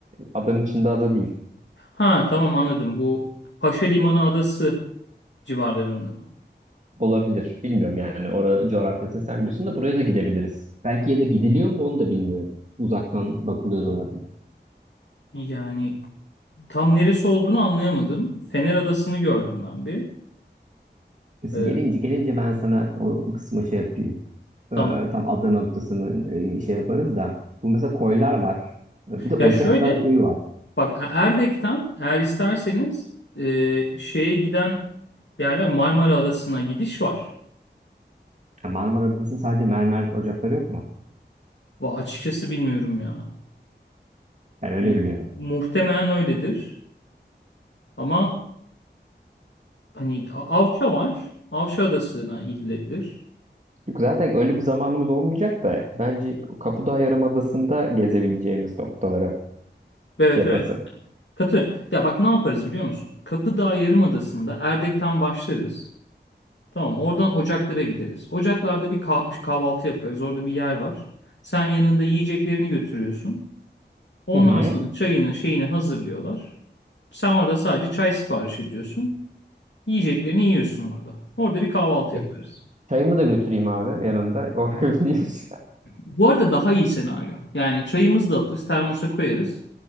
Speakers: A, on the right; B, on the left.
A: Adanın içinde ada değil.
B: Ha tamam anladım. Bu Paşa Limanı adası civarlarında mı?
A: Olabilir. Bilmiyorum yani. Oranın coğrafyasını sen biliyorsun da buraya da gidebiliriz. Belki ya da gidiliyor mu onu da bilmiyorum. Uzaktan bakılıyor da olabilir.
B: Yani tam neresi olduğunu anlayamadım. Fener Adası'nı gördüm ben bir.
A: Neyse
B: Ee,
A: gelince gelince ben sana o kısma şey yapayım.
B: tamam.
A: E, tam ada noktasını e, şey yaparız da. Bu mesela koylar var. E, Bir de Ocaklar
B: Ya şöyle
A: Köyü var.
B: Bak E- Erdek'ten eğer isterseniz e, şeye giden yerler Marmara Adası'na gidiş var.
A: Ha, Marmara Adası'nın sadece mermer ocakları yok mu?
B: Va açıkçası bilmiyorum ya.
A: Ben öyle
B: Hani
A: biliyorum.
B: muhtemelen öyledir. Ama hani A- Avşa var. Avşa Adası'na gidilebilir.
A: Yok, zaten öyle bir zamanımız olmayacak da bence Kapıdağ Yarımadası'nda gezebileceğimiz noktalara
B: Evet
A: şey yapasın.
B: evet. Katı. Ya bak ne yaparız biliyor musun? Kapıdağ Yarımadası'nda Erdek'ten başlarız. Tamam oradan Ocaklar'a gideriz. Ocaklar'da bir kah- kahvaltı yaparız. Orada bir yer var. Sen yanında yiyeceklerini götürüyorsun. Onlar
A: Hı hı.
B: sana çayını şeyini hazırlıyorlar. Sen orada sadece çay sipariş ediyorsun. Yiyeceklerini yiyorsun orada. Orada bir kahvaltı yaparız.
A: E, çayımı da götüreyim abi yanımda. <laughs> O önemli değil.
B: Bu arada daha iyi senaryo. Yani çayımızı da alırız, termosa koyarız.